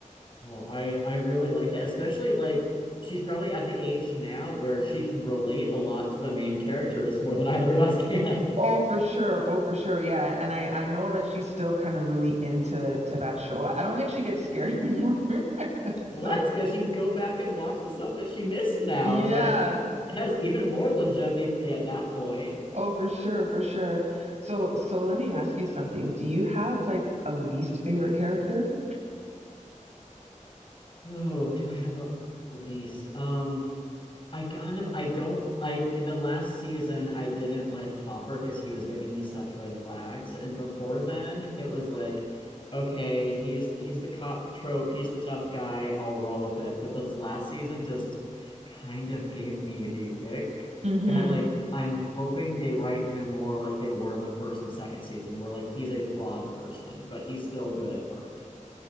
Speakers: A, on the left (about 40°); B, on the right (about 60°).
A: Well, I I really like that, especially like she's probably at the age now where she can relate a lot to the main characters more than either of us can.
B: Oh,
A: <laughs>
B: for sure. Oh, for sure. Yeah. And I, I know that she's still kind of really into to that show. I don't think she gets scared <laughs> anymore.
A: Well,
B: So
A: that's good. She can go back and watch the stuff that she missed now.
B: <laughs>
A: Like
B: yeah.
A: it has even more longevity for you at that point.
B: Oh, for sure, for sure. So so let me ask you something. Do you have like a least favorite character?
A: Oh, do I have a least? Um I kind of I don't I in the last season I didn't like Hopper because he was giving me such red flags. And before then it was like, okay, he's he's the cop trope, he's the tough guy, I'll roll with it. But this last season just kind of gave me the ick
B: hmm
A: that like I'm hoping they write him more like they were in the first and second season, where like he's a flawed person, but he's still good at heart.